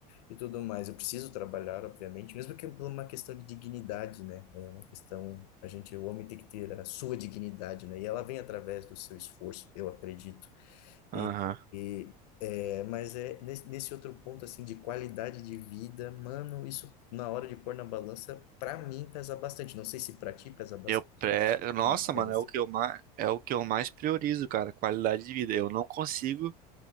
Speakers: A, on the left; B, on the right.
A: e tudo mais? Eu preciso trabalhar, obviamente, mesmo que por uma questão de dignidade, né? É uma questão, a gente, o homem tem que ter a sua dignidade, né? E ela vem através do seu esforço, eu acredito. E,
B: aham.
A: e é, mas é nesse, nesse outro ponto assim de qualidade de vida, mano, isso na hora de pôr na balança, pra mim pesa bastante. Não sei se pra ti pesa bastante,
B: Eu pré...
A: né?
B: Nossa,
A: Pra mim Pesa.
B: mano, é o que eu mais... é o que eu mais priorizo, cara. Qualidade de vida. Eu não consigo